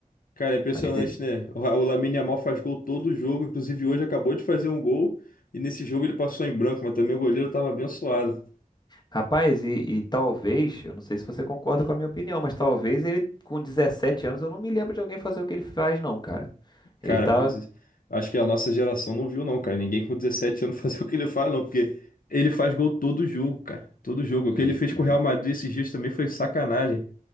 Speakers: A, on the left; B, on the left.
A: Cara, é impressionante,
B: A Inter...
A: né? O o Lamine Yamal faz gol todo jogo, inclusive hoje acabou de fazer um gol e nesse jogo ele passou em branco, mas também o goleiro tava abençoado.
B: Rapaz, e, e talvez, eu não sei se você concorda com a minha opinião, mas talvez ele com 17 anos, eu não me lembro de alguém fazer o que ele faz, não, cara. Ele
A: Cara,
B: tá.
A: com deze- acho que a nossa geração não viu não, cara. Ninguém com 17 anos <laughs> faz o que ele faz, não, porque ele faz gol todo jogo, cara. Todo jogo. O que ele
B: E,
A: fez
B: e
A: com o Real Madrid esses dias também foi sacanagem.